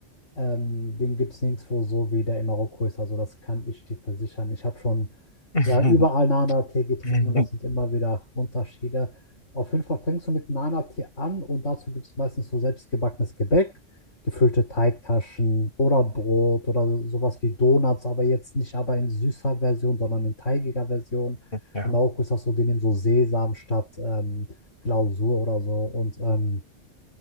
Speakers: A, on the left; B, on the left.
A: Ähm, den gibt es nirgendwo so wie der in Marokko ist. Also das kann ich dir versichern. Ich habe schon
B: <laughs>
A: ja, überall Nana-Tee getrunken
B: Mhm.
A: und das sind immer wieder Unterschiede. Auf jeden Fall fängst du mit Nana-Tee an und dazu gibt es meistens so selbstgebackenes Gebäck, gefüllte Teigtaschen oder Brot oder sowas wie Donuts, aber jetzt nicht aber in süßer Version, sondern in teigiger Version.
B: Ja.
A: In Marokko ist das so, die nehmen so Sesam statt ähm, Glasur oder so und ähm,